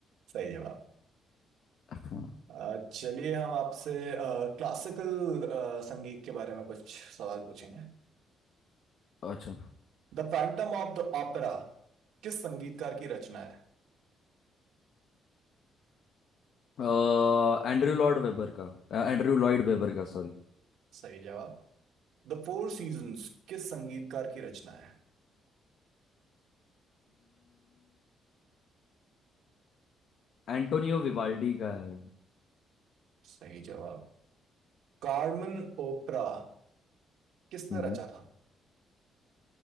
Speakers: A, on the right; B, on the left.
A: सही जवाब
B: हाँ
A: अ, चलिए हम आपसे क्लासिकल संगीत के बारे में कुछ सवाल पूछेंगे
B: अच्छा
A: The phantom of the opera किस संगीतकार की रचना है
B: एंड्रयू लॉर्ड वेबर का एंड्रयू लॉयड वेबर का सॉरी
A: सही जवाब द फोर सीजन्स किस संगीतकार की रचना है
B: एंटोनियो विवाल्डी का है
A: सही जवाब कार्मेन ओपरा किसने
B: हम्म,
A: रचा था